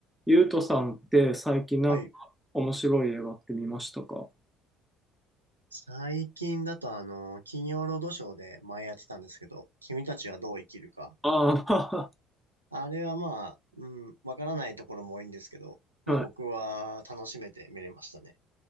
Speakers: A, in the centre; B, on the right (about 80°).
A: ゆうとさんって最近なんか面白い映画って見ましたか
B: はい。最近だとあの、金曜ロードショーで前やってたんですけど、君たちはどう生きるか。
A: あ
B: あれはまあ、うん、わからないところも多いんですけど、まあ僕は楽しめて見れましたね。
A: あ、<laughs> はい。